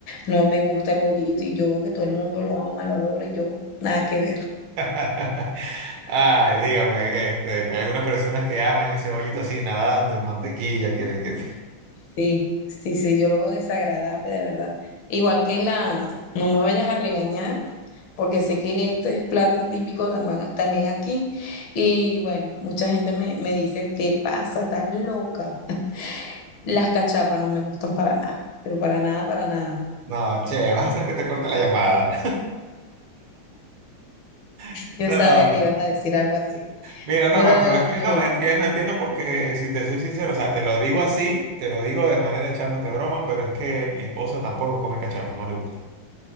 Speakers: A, on the left (about 70°); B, on the right (about 80°).
A: no me gusta el bollito y yo veo que todo el mundo lo ama, lo adora y yo, nada que ver.
B: <laughs> Ay, dígame, este, que hay algunas personas que aman ese bollito así nadando en mantequilla, que, que...
A: Sí, sí, sí, yo lo veo desagradable, de verdad. Igual que las, no me vayas a regañar porque sé que esto es plato típico tamban- también aquí. Y bueno, mucha gente me, me dice, te pasa, estás loca. Las cachapas no me gustan para nada, pero para nada, para nada.
B: <laughs> No, che, vas a hacer que te corte la llamada. <laughs>
A: Yo
B: No.
A: sabía que ibas a decir algo así,
B: Mira, no,
A: pero
B: no,
A: de
B: pero
A: verdad
B: es que
A: no me
B: no,
A: gusta.
B: entiendo, entiendo porque si te soy sincero, o sea, te lo digo así, te lo digo de manera echándote broma, pero es que mi esposa tampoco come cachapa, no le gusta.